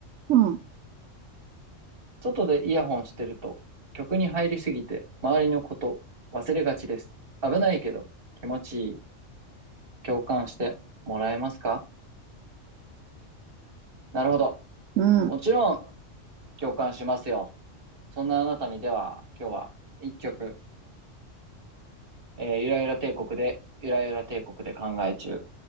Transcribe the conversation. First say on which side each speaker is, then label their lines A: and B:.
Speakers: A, on the right; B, on the right.
A: うん。
B: 外でイヤホンしてると、曲に入りすぎて、周りのこと忘れがちです。危ないけど、気持ちいい。共感してもらえますかなるほど。
A: うん。
B: もちろん、共感しますよ。そんなあなたにでは、今日は一曲、えーゆらゆら帝国で、ゆらゆら帝国で考え中。